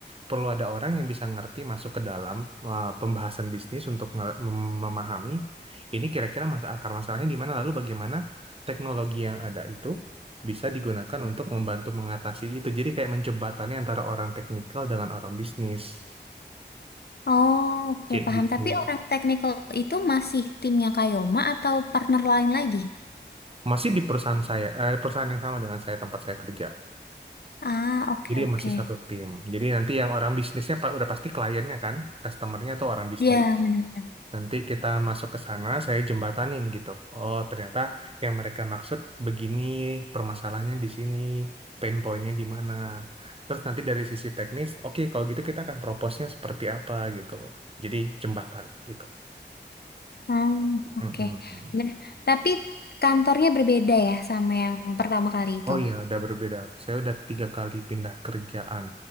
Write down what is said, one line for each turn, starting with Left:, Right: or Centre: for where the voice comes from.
Right: perlu ada orang yang bisa ngerti masuk ke dalam eh, pembahasan bisnis untuk nge- mem- memahami ini kira-kira masa akar masalahnya di mana, lalu bagaimana teknologi yang ada itu bisa digunakan untuk membantu mengatasi itu. Jadi kayak menjembatani antara orang teknikal dengan orang bisnis.
Left: Oh, oke
Right: Kayak
Left: paham.
Right: gitu.
Left: Tapi orang technical itu masih timnya Kayoma atau partner lain lagi?
Right: Masih di perusahaan saya, eh, perusahaan yang sama dengan saya tempat saya kerja.
Left: Ah, oke
Right: Jadi
Left: oke.
Right: masih satu tim. Jadi nanti yang orang bisnisnya pa- udah pasti kliennya kan, customernya tuh orang bisnis.
Left: Ya, benar-benar.
Right: Nanti kita masuk ke sana, saya jembatanin gitu. Oh, ternyata yang mereka maksud begini, permasalahannya di sini, pain pointnya di mana. Terus nanti dari sisi teknis, oke kalau gitu kita akan propose-nya seperti apa gitu. Jadi jembatan gitu.
Left: Hmm, oke.
Right: Mm-mm.
Left: Ben- Tapi kantornya berbeda ya sama yang pertama kali itu.
Right: Oh iya, udah berbeda. Saya udah tiga kali pindah kerjaan.